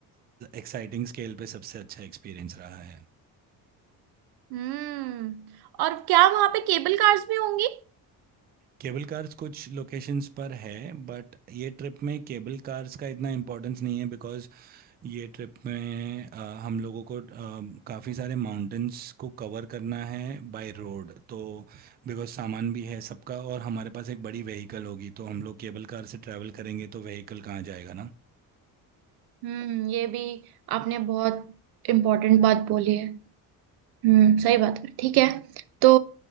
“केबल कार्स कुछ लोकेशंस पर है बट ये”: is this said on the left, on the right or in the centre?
Right